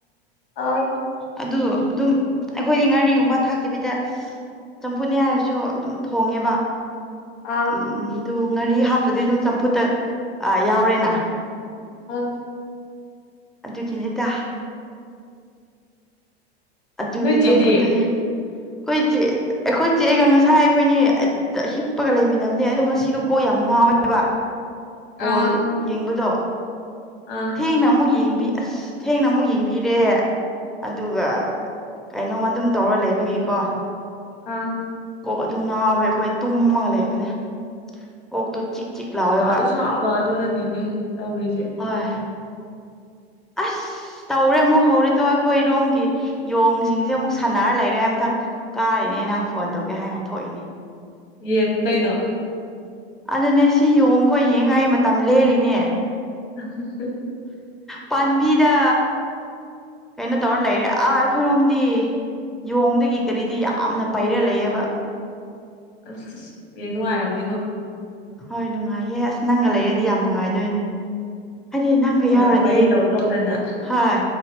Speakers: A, on the left; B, in the centre.
A: ꯑꯥ
B: ꯑꯗꯨ ꯑꯗꯨꯝ ꯑꯩꯈꯣꯏꯗꯤ ꯉꯥꯔꯤꯒꯨꯝꯕ ꯊꯥꯛꯇꯕꯤꯗ ꯆꯝꯐꯨꯠꯅꯤ ꯍꯥꯏꯔꯁꯨ ꯑꯗꯨꯝ ꯊꯣꯡꯉꯦꯕ
A: ꯑꯥ
B: ꯎꯝ ꯑꯗꯨ ꯉꯥꯔꯤ ꯍꯥꯞꯄꯗꯤ ꯑꯗꯨꯝ ꯆꯝꯐꯨꯠꯇ ꯌꯥꯎꯔꯦꯅ
A: ꯑꯣ
B: ꯑꯗꯨꯒꯤꯅꯦꯗ ꯑꯗꯨꯒꯤ
A: ꯅꯣꯏ ꯆꯦꯗꯤ
B: ꯆꯝꯐꯨꯠꯇꯨꯅꯦ ꯑꯩꯈꯣꯏ ꯆꯦ ꯑꯩꯈꯣꯏ ꯆꯦꯑꯒ ꯉꯁꯥꯏ ꯑꯩꯈꯣꯏꯅꯤ ꯍꯤꯞꯄꯒ ꯂꯩꯃꯤꯟꯅꯕꯅꯦ ꯑꯗꯣ ꯉꯁꯤꯗꯣ ꯀꯣꯛ ꯌꯥꯝ ꯉꯥꯎꯋꯦ ꯕ ꯕꯣꯜ
A: ꯑꯥ
B: ꯌꯦꯡꯕꯗꯣ
A: ꯑꯥ
B: ꯊꯦꯡꯅ ꯑꯃꯨꯛ ꯌꯦꯡꯕꯤ ꯑꯁ ꯊꯦꯡꯅ ꯑꯃꯨꯛ ꯌꯦꯡꯕꯤꯔꯦ ꯑꯗꯨꯒ ꯀꯩꯅꯣꯃ ꯑꯗꯨꯝ ꯇꯧꯔ ꯂꯩꯕꯒꯤꯀꯣ
A: ꯑꯥ
B: ꯀꯣꯛ ꯑꯗꯨꯝ ꯉꯥꯎꯋꯦ ꯑꯩꯈꯣꯏ ꯇꯨꯝꯃꯒ ꯂꯩꯕꯅꯦ ꯀꯣꯛꯇꯣ ꯆꯤꯛ ꯆꯤꯛ ꯂꯥꯎꯋꯦꯕ
A: ꯁꯥꯖꯨ ꯁꯥꯕ ꯑꯗꯨꯗꯅꯤꯅꯦ ꯇꯧꯔꯤꯖꯦ
B: ꯍꯣꯏ ꯑꯁ ꯇꯧꯔꯦ ꯑꯃꯨꯛ ꯍꯧꯔꯦ ꯇꯣ ꯑꯩꯈꯣꯏ ꯏꯔꯣꯝꯒꯤ ꯌꯣꯡꯁꯤꯡꯁꯦ ꯑꯃꯨꯛ ꯁꯥꯟꯅꯔ ꯂꯩꯔꯦ ꯑꯩ ꯑꯃꯊꯛ ꯀꯥꯔꯤꯅꯦ ꯅꯪ ꯐꯣꯟ ꯇꯧꯒꯦ ꯍꯥꯏꯅ ꯊꯣꯛꯏꯅꯦ
A: ꯌꯦꯡꯉꯨ ꯀꯩꯅꯣ
B: ꯑꯗꯨꯅꯦ ꯁꯤ ꯌꯣꯡꯈꯣꯏ ꯌꯦꯡꯉꯥ ꯑꯩ ꯃꯇꯝ ꯂꯦꯜꯂꯤꯅꯦ
A: <unintelligible>
B: ꯄꯥꯟꯕꯤꯗ ꯀꯩꯅꯣ ꯇꯧꯔ ꯂꯩꯔꯦ ꯑꯥ ꯑꯩꯈꯣꯏꯔꯣꯝꯗꯤ ꯌꯣꯡꯗꯒꯤ ꯀꯔꯤꯗꯒꯤ ꯌꯥꯝꯅ ꯄꯩꯔ ꯂꯩꯌꯦꯕ
A: ꯑꯁ ꯌꯦꯡ ꯅꯨꯡꯉꯥꯏꯔꯝꯅꯤꯀꯣ
B: ꯍꯣꯏ ꯅꯨꯡꯉꯥꯏꯌꯦ ꯑꯁ ꯅꯪꯒ ꯂꯩꯔꯗꯤ ꯌꯥꯝ ꯅꯨꯡꯉꯥꯏꯗꯣꯏꯅꯦ ꯍꯥꯏꯗꯤ ꯅꯪꯒ
A: ꯍꯣꯏ
B: ꯌꯥꯎꯔꯗꯤ
A: ꯋꯥꯔꯤ ꯇꯧ ꯇꯧꯗꯅ
B: ꯍꯣꯏ